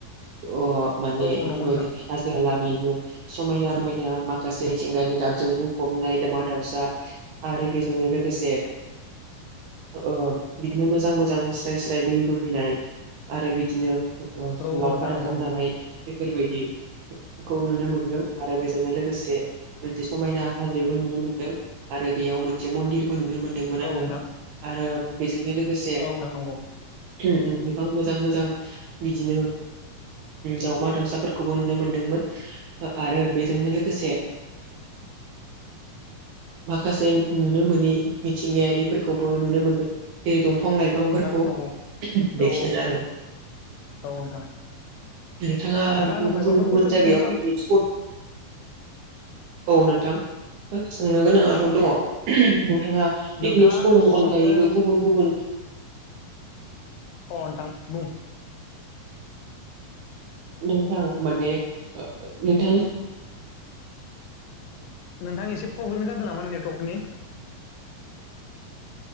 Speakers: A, on the right (about 80°); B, on the left (about 85°).
A: अ माने
B: औ औ
A: बेफोरबायदि
B: नंगौ नोंथां
A: हाजो हाला समायना रमायना माखासे मिथिंगानि गाबजों बुंफबनाय दावउमा दाउसा आरो बेजों लोगोसे
B: <inaudible>
A: ओ बिदिनो मोजां मोजां स्राय स्राय दै बोहैनाय आरो बिदिनो
B: औ
A: लावखार
B: नोंथां नंगौ
A: ओंखाम
B: नोंथां
A: जानाय बेफोरबायदि- खौ नुनो मोनदों आरो बेजोंनो लोगोसे मोनसे समायना हाजोबो नुनो मोनदों। आरो बेयाव मोनसे मन्दिरबो नुनो मोनदोंमोन
B: औ
A: आङो
B: नोंथां
A: आरो बेजोंनो लोगोसे
B: औ नं नंगौ।
A: गोबां मोजां मोजां बिदिनो दावमा दावसाफोरखौबो नुनो मोन दोंमोन आरो बेजोंनो लोगोसे माखासे नुनो मोनि मिथिंगायारिफोरखौबो नुनो मोनदों। जेरै दंफां लाइफांफोरखौ
B: औ नोंथां नंगौ
A: बेखिनियानो
B: औ
A: आरो
B: औ नोंथां
A: नोंथाङा
B: आंनाव
A: गुबुन
B: मायबाफोर
A: गुबुन
B: कुइसन
A: जायगायाव
B: सोंनो सान
A: पिकनिक स्पट औ नोंथां सोंनो गोनाङाथ' दङ। नोंथाङा
B: नोंथाङा
A: पिकनिक स्पटनि
B: आंनाव
A: अनगायैबो
B: सोंनो
A: गुबुन गुबुन
B: अ नोंथां बुं।
A: नोंथां माने नोंथां।
B: नोंथां एसे प्रब्लेम जादों नामा नेटवर्कनि?